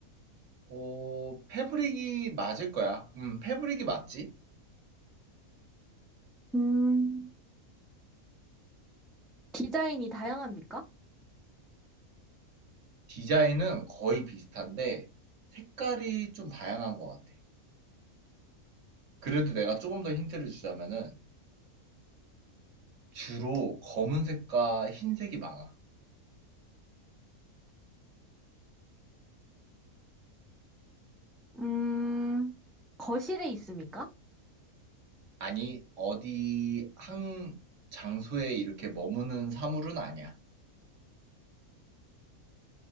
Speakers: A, on the right; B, in the centre.
A: 어, 패브릭이 맞을 거야. 음, 패브릭이 맞지?
B: 음, 디자인이 다양합니까?
A: 디자인은 거의 비슷한데 색깔이 좀 다양한 것 같아. 그래도 내가 조금 더 힌트를 주자면은 주로 검은색과 흰색이 많아.
B: 음, 거실에 있습니까?
A: 아니, 어디 한 장소에 이렇게 머무는 사물은 아니야.